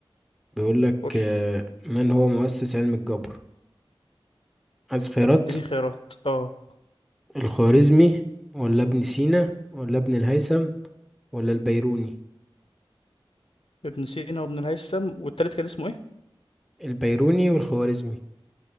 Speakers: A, in the centre; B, on the left.
A: بيقول لك
B: خش
A: أه من هو مؤسس علم الجبر عايز خيارات
B: اديني خيارات اه
A: الخوارزمي ولا ابن سينا ولا ابن الهيثم ولا البيروني
B: ابن سينا وابن الهيثم والتالت كان اسمه ايه
A: البيروني والخوارزمي